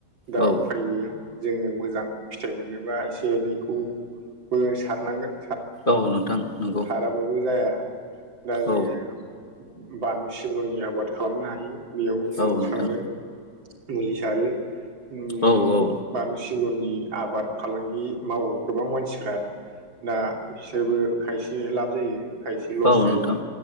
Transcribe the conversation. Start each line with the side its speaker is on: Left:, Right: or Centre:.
Right: दा
Left: औ
Right: उफाय गैया। जोङो मोजां फिथाइ मोननोबा एसे एनैखौबो सारनांगोन।
Left: औ नोंथां नों
Right: साराब्लाबो जाया दा जोङो
Left: औ
Right: बानलु सिब्रनि आबाद खालामनो हायो बेयावबो
Left: औ
Right: मोज <unintelligible>
Left: नोंथां
Right: सारो। मुलि सारो उम
Left: औ औ
Right: बानलु सिब्रनि आबाद फालांगि मावो गोबां मानसिफ्रा दा बिसोरबो खायसे एसे लाब जायो खायसे ल'स
Left: औ
Right: जायो
Left: नोंथां